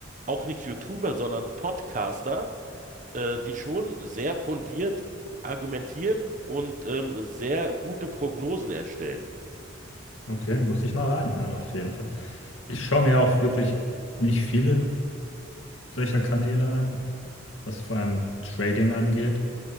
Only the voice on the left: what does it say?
Okay, muss ich mal reinhören auf jeden Fall. Ich schaue mir auch wirklich nicht viele solcher Kanäle an, was vor allem Trading angeht.